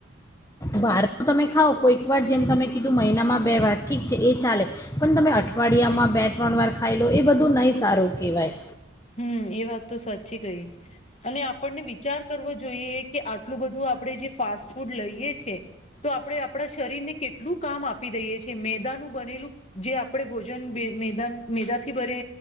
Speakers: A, on the left; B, on the left.
A: વાર તમે ખાવ કોઈક વાર જેમ તમે કીધું મહિનામાં બે વાર ઠીક છે એ ચાલે, પણ તમે અઠવાડિયામાં બે ત્રણ વાર ખાઈ લો એ બધું નહી સારું કહેવાય.
B: હમ એ વાત તો સાચી કહી, અને આપણને વિચાર કરવો જોઈએ કે આટલું બધું આપણે જે ફાસ્ટ ફૂડ લઈએ છે, તો આપણે આપણા શરીરને કેટલું કામ આપી દઈએ છે મેદાનું બનેલું જે આપણે ભોજન મેદા મેદાથી ભરે,